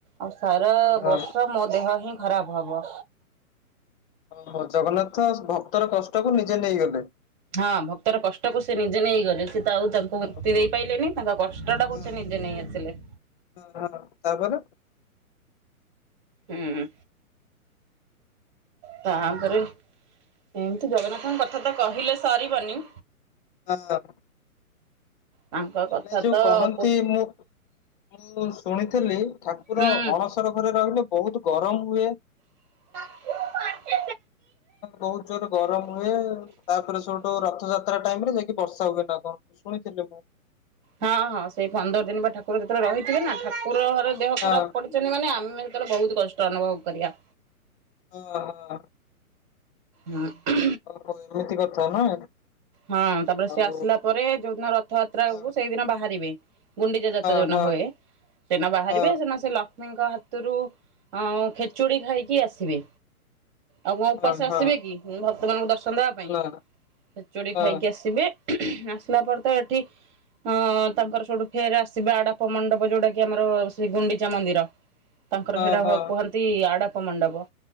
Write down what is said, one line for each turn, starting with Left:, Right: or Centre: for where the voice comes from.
Right: ଆଉ ସାରା
Left: ହଁ
Right: ବର୍ଷ ମୋ ଦେହ ହିଁ ଖରାପ ହବ।
Left: ଓହୋ ଜଗନ୍ନାଥ ଭକ୍ତର କଷ୍ଟ କୁ ନିଜେ ନେଇଗଲେ।
Right: ହଁ ଭକ୍ତର କଷ୍ଟକୁ ସେ ନିଜେ ନେଇ ଗଲେ ସେ ଆଉ ତାଙ୍କୁ ମୁକ୍ତି
Left: ଓହୋ
Right: ଦେଇ ପାଇଲେନି ତାଙ୍କ କଷ୍ଟ ଟାକୁ
Left: ହଁ
Right: ସେ ନିଜେ ନେଇ ଆସିଲେ।
Left: ହଁ ତାପରେ
Right: ହୁଁ। ତାପରେ ଏମିତି ଜଗନ୍ନାଥଙ୍କ କଥା ତ କହିଲେ ସରିବନି।
Left: ହଁ।
Right: ତାଙ୍କ କଥା
Left: ନାଇଁ ଯୋଉ
Right: ତ
Left: କହନ୍ତି
Right: ପୁ
Left: ମୁଁ ମୁଁ ଶୁଣିଥିଲି ଠାକୁର
Right: ହୁଁ। ହଁ
Left: ଅଣସର ଘରେ ରହିଲେ ବହୁତ ଗରମ ହୁଏ।
Right: ନ
Left: ବହୁତ ଜୋରେ ଗରମ ହୁଏ ତାପରେ ସୋଉଟୁ ରଥ ଯାତ୍ରା ଟାଇମରେ ଯାଇକି ବର୍ଷା ହୁଏ ନା କଣ ଶୁଣିଥିଲି ମୁଁ।
Right: ହଁ ହଁ ସେଇ ପନ୍ଦର ଦିନ ବା ଠାକୁର ଯେତେବେଳେ ରହିଥିବେ ନା ଠାକୁର ଘର ଦେହ
Left: ହଁ
Right: ଖରାପ ପଡିଛନ୍ତି ମାନେ ଆମେ ସେତେବେଳେ ବହୁତ କଷ୍ଟ ଅନୁଭବ କରିବା।
Left: ହଁ ହଁ।
Right: ହୁଁ।
Left: ଓ ହୋ ଏମିତି କଥା ନା।
Right: ହଁ ତାପରେ
Left: ଆଉ
Right: ସିଏ ଆସିଲା ପରେ ଯୋଉଦିନ ରଥଯାତ୍ରାକୁ
Left: ହଁ
Right: ସେଇଦିନ ବାହାରିବେ। ଗୁଣ୍ଡିଚା ଯାତ
Left: ହଁ
Right: ଯୋଉ ଦିନ
Left: ହଁ
Right: ହୁଏ, ସେଇ ଦିନ ବାହାରିବେ
Left: ହଁ
Right: ସେ ଦିନ ସେ ଲ ଲକ୍ଷ୍ମୀଙ୍କ ହାତରୁ ଖେଚୁଡି ଖାଇକି ଆସିବେ। ଆଉ କଣ ଉପାସ
Left: ହଁ ହଁ
Right: ଆସିବେ କି ଭକ୍ତ ମାନଙ୍କୁ ଦର୍ଶନ ଦବା ପାଇଁ
Left: ନା
Right: ଖେଚୁଡି
Left: ହଁ
Right: ଖାଇକି ଆସିବେ। ଆସିଲା ପରେ ତ ଏଠି ଅଁ ତାଙ୍କର ସୋଉଟୁ ଫେରେ ଆସିବେ ଆଡପ ମଣ୍ଡପ ଯୋଉଟା କି ଆମର ଶ୍ରୀ ଗୁଣ୍ଡିଚା ମନ୍ଦିର। ତାଙ୍କର
Left: ହଁ
Right: ସେଇଟା
Left: ହଁ
Right: କୁହନ୍ତି ଆଡପ ମଣ୍ଡପ।